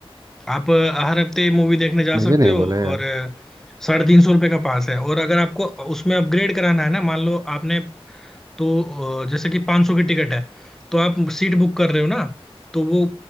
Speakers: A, in the centre; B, on the right.
A: आप अ, हर हफ्ते मूवी देखने जा
B: मुझे
A: सकते
B: नहीं
A: हो
B: बोला यार
A: और अ, साढ़े तीन सौ रुपये का पास है और अगर आपको उसमें अपग्रेड कराना है ना मान लो आपने तो अ, जैसे कि 500 की टिकट है तो आप सीट बुक कर रहे हो ना तो वो